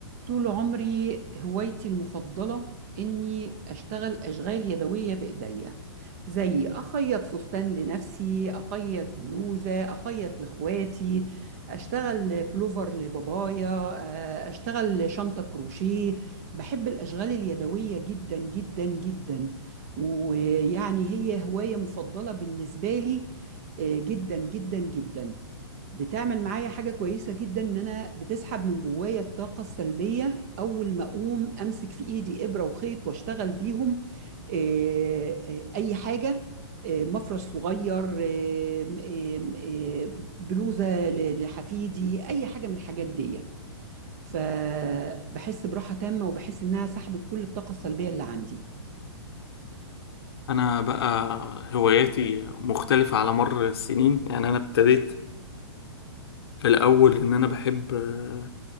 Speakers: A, on the right (about 35°); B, on the left (about 60°).
A: طول عمري هوايتي المفضلة إني أشتغل أشغال يدوية بإيديا زي أخيط فستان لنفسي أخيط بلوزة أخيط لإخواتي أشتغل بلوفر لبابايا آه، أشتغل شنطة كروشيه بحب الأشغال اليدوية جدا جدا جدا ويعني هي هواية مفضلة بالنسبة لي آه، جدا جدا جدا بتعمل معايا حاجة كويسة جدا إن أنا بتسحب من جوايا الطاقة السلبية أول ما أقوم أمسك في إيدي إبرة وخيط وأشتغل بيهم آه، آه، أي حاجة آه، مفرش صغير آه، م- آه، آه، بلوزة ل- لحفيدي أي حاجة من الحاجات دي فبحس براحة تامة وبحس إنها سحبت كل الطاقة السلبية اللي عندي
B: أنا بقى هواياتي مختلفة على مر السنين يعني أنا ابتديت في الأول إن أنا بحب آه،